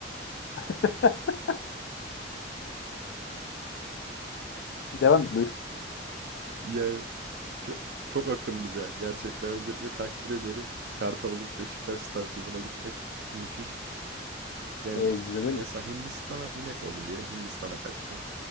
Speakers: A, on the left (about 80°); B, on the right (about 60°).
A: <laughs> Devam et buyur.
B: Yani çok, çok akıllıca. Gerçekten öncelikle takdir ediyorum. Kartal olup Beşiktaş stadyumuna gitmek müthiş. Yani
A: Ee, bizde böyle.
B: mesela Hindistan'a inek oldun diyelim. Hindistan'a kaçtın.